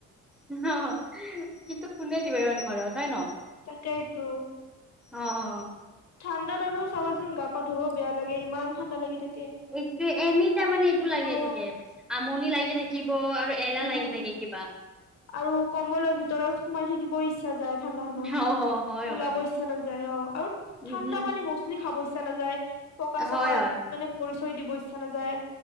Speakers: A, in the centre; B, on the left.
A: অনহ কিন্তু কোনে দিব ইমান ঘৰত হয় ন?
B: তাকেই টো।
A: অ অ
B: ঠাণ্ডাত আৰু চাবাচোন গা পা ধুবও বেয়া লাগে ইমান ঠাণ্ডা লাগি থাকে।
A: এইটোৱে এনি টাইম মানে এইটো লাগে
B: অ
A: থাকে আমনি লাগি থাকে। থাকিব আৰু এলাহ
B: উম
A: লাগি থাকে কিবা।
B: আৰু কম্বলৰ ভিতৰত সোমাই থাকিব ইচ্ছা যায়। ঠাণ্ডা খনত
A: অ', অ', হয়,
B: ওলাব
A: হয়।
B: ইচ্ছা নাযায়, অ আৰু
A: উম,
B: ঠাণ্ডা
A: উম,
B: পানী মচ তুমি খাব ইচ্ছা নাযায়, পকা
A: হয়,
B: চকাত
A: হয়,
B: মানে ভৰি চৰি দিব ইচ্ছা নাযায়।